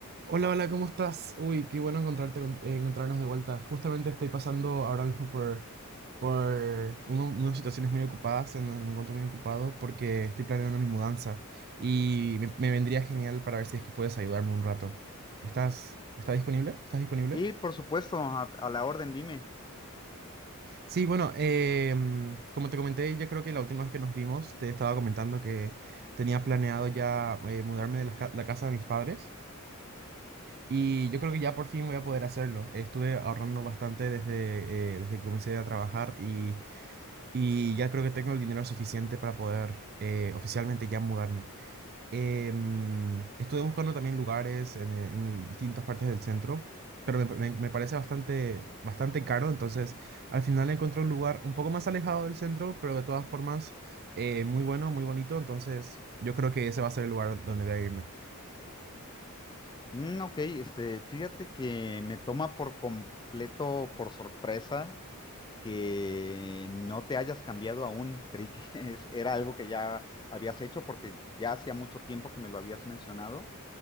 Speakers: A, on the right (about 45°); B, on the left (about 20°).
A: Hola, hola, ¿cómo estás? Uy, qué bueno encontrarte, con- eh, encontrarnos de vuelta. Justamente estoy pasando ahora mismo por, por uno- unas situaciones muy ocupadas, en donde me encuentro muy ocupado porque estoy planeando mi mudanza y me, me vendría genial para ver si es que puedes ayudarme un rato. ¿Estás, estás disponible? ¿Estás disponible?
B: Sí, por supuesto, a, a la orden, dime.
A: Sí, bueno, em, como te comenté, yo creo que la última vez que nos vimos te estaba comentando que tenía planeado ya eh, mudarme de las ca- la casa de mis padres. Y yo creo que ya por fin voy a poder hacerlo. Estuve ahorrando bastante desde, eh, desde que comencé a trabajar y, y ya creo que tengo el dinero suficiente para poder eh, oficialmente ya mudarme. Em, estuve buscando también lugares en, en distintas partes del centro, pero me, me- me parece bastante, bastante caro. Entonces, al final encontré un lugar un poco más alejado del centro, pero de todas formas eh, muy bueno, muy bonito. Entonces, yo creo que ese va a ser el lugar donde voy a irme.
B: Mm, ok, este, fíjate que me toma por completo, por sorpresa, que no te hayas cambiado aún. Creí que <laughs> es- era algo que ya habías hecho porque ya hacía mucho tiempo que me lo habías mencionado.